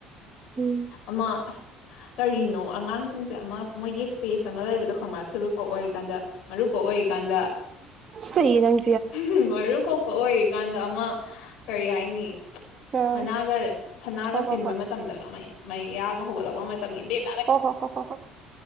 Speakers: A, on the right; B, on the left.
A: ꯎꯝ
B: ꯃ ꯑ ꯀꯔꯤꯅꯣ ꯑꯉꯥꯡꯁꯤꯡꯁꯦ ꯑꯃ ꯃꯣꯏꯒꯤ ꯐꯦꯁ ꯑꯃ ꯂꯩꯕꯗꯣ ꯈꯪꯃ ꯊꯨꯔꯨꯀꯣ ꯑꯣꯏꯔꯤꯀꯥꯟꯗ ꯃꯔꯨꯀ ꯑꯣꯏꯔꯤꯀꯥꯟꯗ
A: ꯁꯩꯔꯪ
B: ꯎ ꯃꯔꯨ ꯀꯣꯛꯄ ꯑꯣꯏꯔꯤꯀꯥꯟꯗ ꯑꯃ ꯀꯔꯤ ꯍꯥꯏꯅꯤ
A: ꯑꯥ
B: ꯃꯅꯥꯒ ꯁꯅꯥꯒ
A: ꯍꯣ
B: ꯆꯤꯟꯕ
A: ꯍꯣ ꯍꯣꯏ
B: ꯃꯇꯝꯗ ꯃ ꯃꯩ ꯌꯥꯒ ꯍꯧꯒꯠꯂꯛꯄ ꯃꯇꯝꯒꯤ ꯕꯦꯛ
A: ꯍꯣ ꯍꯣ ꯍꯣ ꯍꯣ ꯍꯣ